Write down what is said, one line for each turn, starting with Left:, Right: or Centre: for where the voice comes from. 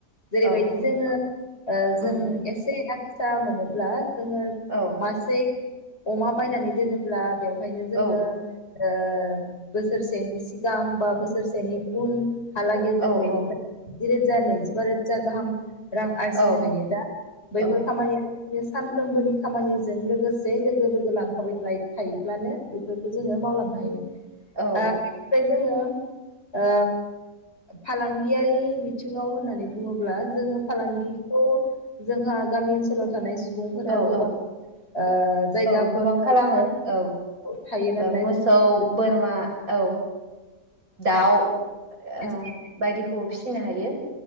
Left: जेरैबायदि
Right: औ
Left: जोंङो ओ
Right: उम
Left: जों
Right: उम
Left: एसे एला <unintelligible> जोंङो
Right: औ
Left: मासे अमा बायनानै दोनोब्ला बेवहायनो जोंङो
Right: औ
Left: ओ बोसोरसेनि सिगां बा बोसोरसेनि उन हलागै जों
Right: औ
Left: बेनिफ्राय
Right: औ
Left: जिरोजा नैजिबा रोजा गाहाम रां आरजिनो
Right: औ
Left: हायो दा बैफोर
Right: औ
Left: खामानि बे सानफ्रोमबोनि खामानि जों लोगोसे लोगो <unintelligible> ब्लानो बेफोरखौ जोंङो मावलांनो हायो
Right: औ
Left: ओ बेनिफ्राय
Right: औ
Left: जोङो ओ फालांगियारि बिथिंङाव होननानै बुंङोब्ला जोंङो फालांगिखौ जोंहा गामि ओनसोलाव थानाय सु सुबुंफोरा
Right: औ
Left: गोबां
Right: औ
Left: ओ जायगाफोर
Right: औ गोबां खालामो
Left: ओरैनो
Right: औ
Left: थायो नालाय
Right: ओ मोसौ
Left: जेनबा
Right: बोरमा औ दाउ
Left: एसे
Right: ओ बायदिखौबो फिसिनो हायो